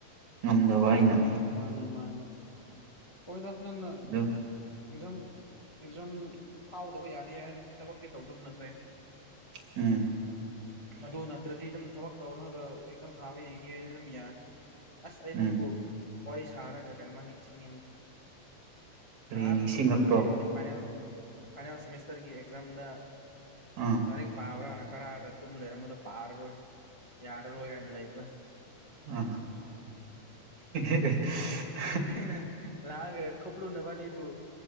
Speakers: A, on the right; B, on the left.
A: ꯉꯝꯗꯕ ꯑꯩꯅ
B: ꯃꯥꯅꯦ ꯃꯥꯅꯦ ꯃꯥꯅꯦ ꯍꯣꯏꯗ ꯅꯪꯅ
A: ꯑꯗꯨ
B: ꯑꯦꯖꯝ ꯑꯦꯖꯝ ꯐꯥꯎꯗꯕ ꯌꯥꯗꯦ ꯍꯥꯏꯔꯗꯨꯗꯤ ꯊꯕꯛꯇꯤ ꯇꯧꯗꯕꯅ ꯐꯩ
A: ꯎꯝ
B: ꯑꯗꯨ ꯅꯠꯇ꯭ꯔꯗꯤ ꯑꯗꯨꯝ ꯊꯕꯛ ꯇꯧꯔꯒ ꯑꯦꯛꯖꯥꯝ ꯊꯥꯕ ꯌꯦꯡꯒꯦ ꯍꯥꯏꯗꯤ ꯑꯗꯨꯝ ꯌꯥꯅꯤ ꯑꯁ ꯑꯩ
A: ꯎꯝ
B: ꯅꯪꯕꯨ ꯋꯥꯔꯤ ꯁꯥꯔꯒ ꯀꯩꯅꯣꯃ ꯅꯤꯡꯁꯤꯡꯉꯤꯅꯤ
A: ꯀꯔꯤ
B: ꯅꯍꯥꯟ
A: ꯅꯤꯡꯁꯤꯡꯂꯛꯄ꯭ꯔꯣ
B: ꯑꯩꯈꯣꯏ ꯐꯥꯏꯅꯦꯜ ꯐꯥꯏꯅꯦꯜ ꯁꯦꯃꯤꯁꯇꯔꯒꯤ ꯑꯦꯛꯖꯥꯝꯗ
A: ꯑꯥ
B: ꯂꯥꯏꯔꯤꯛ ꯄꯥꯕ꯭ꯔꯥꯅ ꯀꯔꯥꯒ ꯇꯨꯝ ꯂꯩꯔꯝꯕꯗꯣ ꯄꯥꯔꯔꯣꯏ ꯌꯥꯔꯔꯣꯏ ꯀꯥꯏꯅ ꯂꯩꯕꯗ
A: ꯑꯥ <unintelligible>
B: ꯅ ꯂꯒ ꯀꯄꯔꯨ ꯅꯕꯅꯤꯕꯨ